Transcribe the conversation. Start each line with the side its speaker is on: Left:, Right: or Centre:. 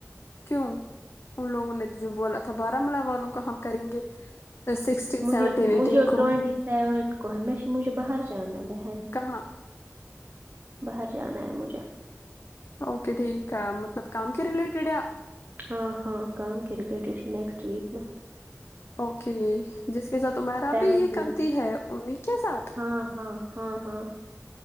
Left: کیوں ان لوگوں نے جو بولا تھا بارامولہ والوں کو ہم کریں گے سکسٹین سیونٹین
Right: مجھ
Left: ایٹین
Right: مجھے
Left: کو
Right: ٹونٹی سیون کو ہے میں مجھے باہر جانا بہن
Left: کہاں
Right: باہر جانا ہے مجھے
Left: اوکے ٹھیک ہے مطلب کام کے ریلیٹڈ ہے
Right: ہاں ہاں کام کے ریلیٹڈ ہی نیکسٹ ویک میں
Left: اوکے جیسے کیسا تمہارا
Right: سیونٹین
Left: بھی یہ کرتی ہے انیں کے ساتھ
Right: ہاں ہاں ہاں ہاں